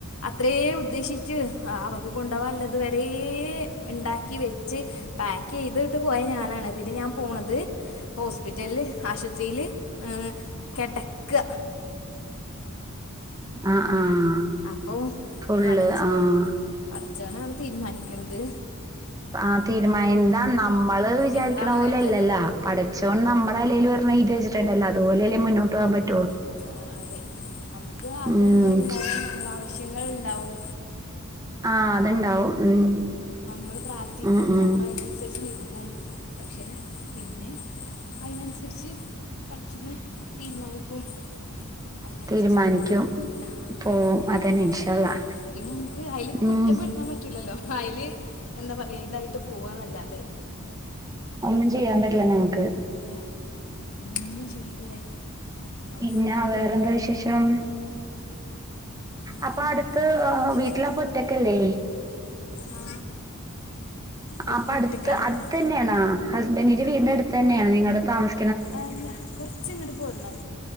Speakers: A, on the left; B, on the right.
A: അത്രേ ഉദ്ദേശിച്ച് അവർക്ക് കൊണ്ടോവാല്ലത് വരേ ഉണ്ടാക്കി വെച്ച് പാക്ക് ചെയ്തിട്ട് പോയ ഞാനാണ് പിന്നെ ഞാൻ പോണത് ഹോസ്പിറ്റലില് ആശുപത്രിയില് ഏഹ് കെടക്കാ
B: ആഹ് ആഹ്
A: അപ്പോൾ
B: ഫുള്ള്
A: പടച്ചോനെ
B: ആഹ്
A: പടച്ചോനാണ് തീരുമാനിക്കണത്
B: ആഹ് തീരുമായ ന്താ നമ്മള് വിചാരിക്കണ
A: എന്താണ്
B: പോലെയല്ലല്ലോ
A: വേണ്ടത്
B: പഠച്ചോൻ നമ്മടെ തലേലും ഒരെണ്ണം എഴുതി വെച്ചിട്ടുണ്ടല്ലോ അതുപോലെല്ലേ മുന്നോട്ട് പോകാൻ പറ്റ
A: ആഹ് ആഹ് അതെ നമ്മുക്ക് ആഗ്രഹങ്ങളുണ്ടാവും
B: ഉം
A: നമ്മളെ ആവശ്യങ്ങളുണ്ടാവും
B: ആഹ് അതുണ്ടാവും ഉം
A: നമ്മള് പ്രാർത്ഥിക്കും
B: ഉം ഉം
A: നമ്മള് അയിനനുസരിച്ച് നിക്കും പക്ഷെ പിന്നെ അയിനനുസരിച്ച് പടച്ചോന് തീരുമാനിക്കും അയിനനുസരിച്ച്
B: തീരുമാനിക്കും
A: പോവും ആഹ്
B: പോവും
A: പിന്നെ
B: അതന്നെ ഇൻഷാ
A: അഹാ
B: അള്ളാ
A: പിന്നമ്മക്ക് അയിലിപ്പൊ
B: ഉം
A: കുറ്റപ്പെടുത്താൻ പറ്റൂലല്ലോ അയില് എന്താ പറയാ ഇതായിട്ട് പോവാന്നല്ലാതെ
B: ഒന്നും ചെയ്യാ പറ്റില്ല നമുക്ക്
A: അല്ല പിന്നേം ചെയ്യാല്ലേ അവസരങ്ങളില്ല
B: പിന്നാ വേറെന്താ വിശേഷം
A: എനിക്കെന്താടോ
B: അപ്പൊ അടുത്ത്
A: ശേഷം
B: വീട്ടിലപ്പൊ ഒറ്റക്കല്ലേ
A: ആ വീട്ടിലൊറ്റക്കാണ്
B: അപ്പൊടുത്ത് അടുത്തന്നെയാണോ
A: ഇവിടെ
B: ഹസ്ബന്റിൻ്റെ വീടിന്റെ അടുത്തന്നെയാണോ നിങ്ങടെ താമസ
A: അല്ല കൊറച്ചിങ്ങട്ട് പോരണം